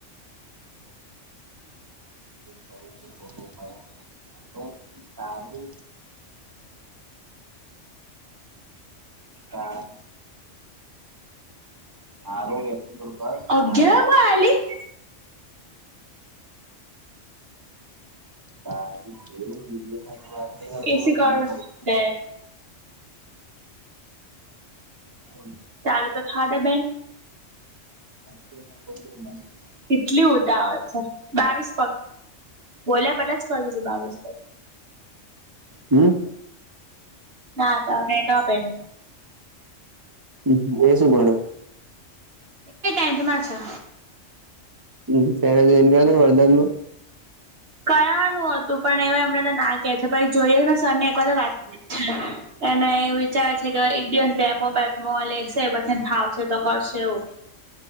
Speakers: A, on the right; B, on the right.
A: તો સારું હા. નાલ એ રૂપ ર
B: અગિયાર
A: <inaudible>
B: માં આલી
A: હા એવુંશની વાત ન કરતો
B: એસી કર
A: તને
B: દે
A: <inaudible>
B: ચાલો તો થાડાા બેક
A: <inaudible>
B: કેટલી ઉતાવળ છે, બાવીસ પ બોલ્યા પેલા જ કરું છું બાવીસ પ
A: હમ.
B: ના તો એટ પે
A: હ એ શું ગણ.
B: એ ટેન્થમાં છે.
A: હ ત્યારે જઈને ગ વરદાન માં
B: કરવાનું હતું પણ એ એમને તો ના કે છે, પણછ જોઈએ મે સર ને એક વાર વાત
A: હમ
B: પ્લી એને એવું વિચારે છે, કે એક દિવસ ડેમો બેેમો લેશે પછીને ખાવશે તો કરશે એવું.